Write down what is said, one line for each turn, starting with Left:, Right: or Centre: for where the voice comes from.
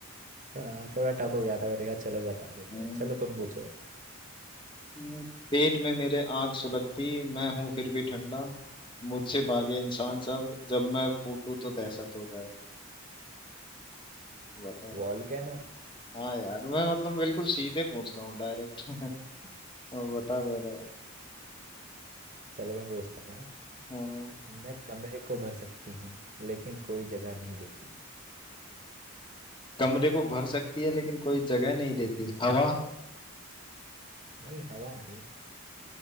Right: हाँ थोड़ा टफ हो गया था मैंने कहा चलो बता देते
Left: हम्म,
Right: हैं चलो तुम पूछो
Left: हूँ पेट में मेरे आग सुलगती मैं हूँ फिर भी ठंडा मुझसे भागे इंसान सब जब मैं फूटू तो दहशत हो जाए बताओ
Right: वॉल्केनो
Left: हाँ यार मैं मतलब बिल्कुल सीधे पूछ रहा हूँ डायरेक्ट <laughs> बता दे रहे हो
Right: चलो मैं पूछता हूँ
Left: हाँ
Right: मैं कमरे को भर सकती हूँ लेकिन कोई जगह नहीं लेती
Left: कमरे को भर सकती है लेकिन कोई जगह नहीं देती हवा
Right: नहीं हवा नहीं